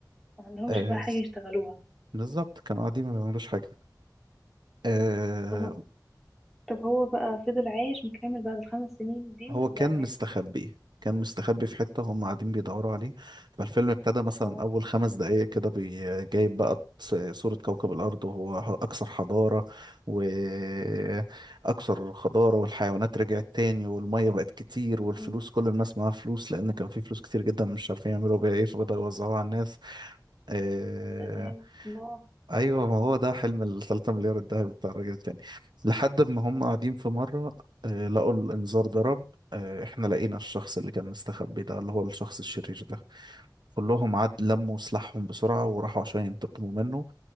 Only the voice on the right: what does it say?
آه،
بالظبط كانوا قاعدين ما بيعملوش حاجه آه،
هو
كان
مستخبي كان مستخبي في حتة وهم قاعدين بيدوروا عليه فالفيلم ابتدى مثلا
أول خمس دقايق كده بي- جايب بقى ص- صورة كوكب الأرض وهو ح- أكثر حضارة وأكثر خضارة والحيوانات رجعت تاني والمية بقت كتير والفلوس
كل الناس معاها فلوس لأن كان في فلوس كتير جدا مش عارفين يعملوا بيها إيه فبدأوا يوزعوها على الناس آه،
ايوه ما هو ده حلم ال 3 مليار الذهبي بتاع الراجل التاني لحد ما هم قاعدين في مره آه، لقوا الانذار ضرب آه، احنا لقينا الشخص اللي كان مستخبي ده اللي هو الشخص الشرير ده كلهم عاد لموا سلاحهم بسرعه وراحوا عشان ينتقموا منه